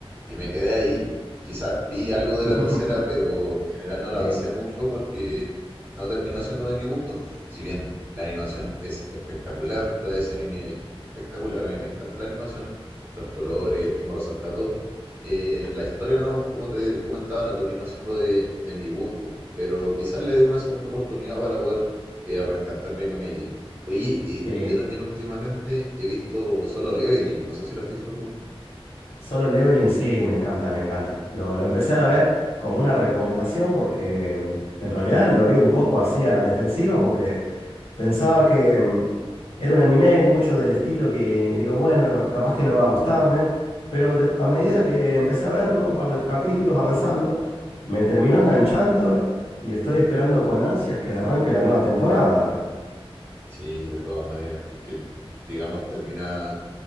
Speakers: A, on the right; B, on the left.
A: y me quedé ahí. Quizás vi algo de
B: <laughs>
A: la tercera, pero en general no la
B: Eh,
A: avancé mucho porque no terminó siendo de mi gusto. Si bien la animación es espectacular, la de ese anime es espectacular, a mí me encanta la animación, los colores, el cómo resalta todo. Eh, la historia, no, como te comentaba, no terminó siendo de, de mi gusto, pero quizás le dé una segunda oportunidad para poder eh, reencantarme con ella. Oye, eh,
B: sí,
A: yo también últimamente he visto Solo Leveling, no sé si lo has visto tú.
B: Solo Leveling sí, me encanta, me encanta. Lo, lo empecé a ver como una recomendación porque mm, en realidad lo vi un poco así a la defensiva porque Pensaba que mm, era un anime mucho del estilo que digo, bueno, no, capaz que no va a gustarme, pero de- a medida que empecé a verlo, un par de capítulos avanzando, me terminó enganchando y estoy esperando con ansias que arranque la nueva temporada ahora.
A: Sí, de todas maneras, porque digamos termina,